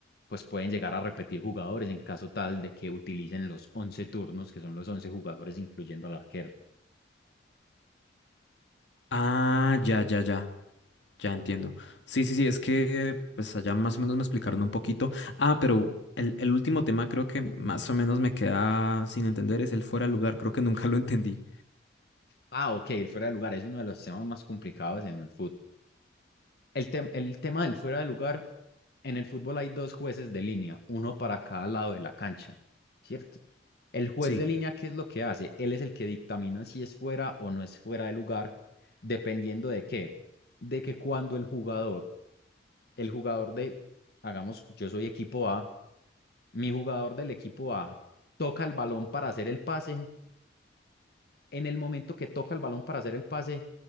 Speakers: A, on the left (about 55°); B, on the left (about 75°).
A: pues pueden llegar a repetir jugadores en caso tal de que utilicen los 11 turnos, que son los 11 jugadores incluyendo al arquero.
B: Ah, ya, ya, ya, ya entiendo. Sí, sí, sí, es que eh, pues allá más o menos me explicaron un poquito. Ah, pero el, el último tema creo que más o menos me queda sin entender es el fuera de lugar. Creo que nunca lo entendí.
A: Ah, ok, el fuera de lugar es uno de los temas más complicados en el fútbol. El, tem- el tema del fuera de lugar, en el fútbol hay dos jueces de línea, uno para cada lado de la cancha, ¿cierto? El juez
B: Sí.
A: de línea, ¿qué es lo que hace? Él es el que dictamina si es fuera o no es fuera de lugar, dependiendo de qué. De que cuando el jugador, el jugador de, hagamos, yo soy equipo A, mi jugador del equipo A toca el balón para hacer el pase, en el momento que toca el balón para hacer el pase,